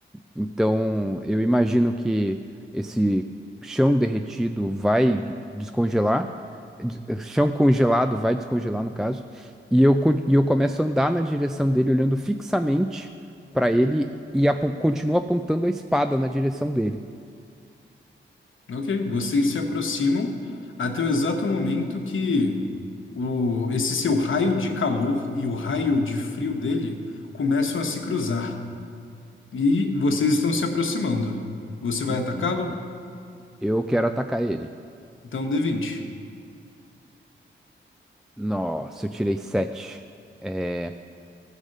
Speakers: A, in the centre; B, on the left (about 75°).
A: Então, eu imagino que esse chão derretido vai descongelar, des- eh, chão congelado vai descongelar, no caso, e eu, con- e eu começo a andar na direção dele, olhando fixamente para ele e apo- continuo apontando a espada na direção dele.
B: Ok, vocês se aproximam até o exato momento que o, esse seu raio de calor e o raio de frio dele começam a se cruzar. E vocês estão se aproximando. Você vai
A: Uhum.
B: atacá-lo?
A: Eu quero atacar ele.
B: Então d vinte,
A: Nossa, eu tirei sete. É,